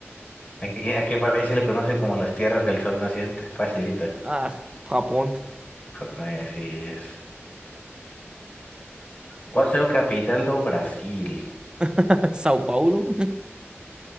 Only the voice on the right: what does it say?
Ah, Japón,
<laughs> Sao Paulo.